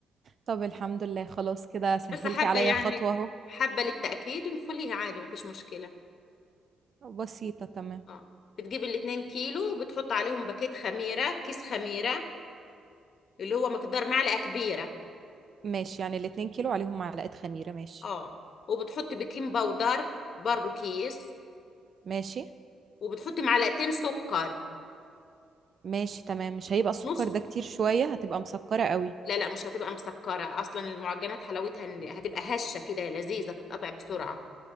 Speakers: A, on the right; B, on the left.
A: طب الحمد لله خلاص كده سهلتي
B: بس حابه
A: عليا
B: يعني
A: خطوة اهو
B: حابه للتاكيد نخليها عادي ما فيش مشكله
A: بسيطة تمام
B: اه بتجيب الاتنين كيلو وبتحط عليهم باكيت خميره كيس خميره اللي هو مقدار معلقة كبيرة
A: ماشي يعني الاتنين كيلو عليهم معلقة خميرة ماشي
B: اه وبتحط بيكنج باودر برضو كيس
A: ماشي
B: وبتحط معلقتين سكر
A: ماشي تمام مش هيبقى السكر
B: نص
A: ده كتير شوية هتبقى مسكرة قوي
B: لا لا مش هتبقى مسكرة أصلا المعجنات حلاوتها إن هتبقى هشة كده لذيذة تتقطع بسرعة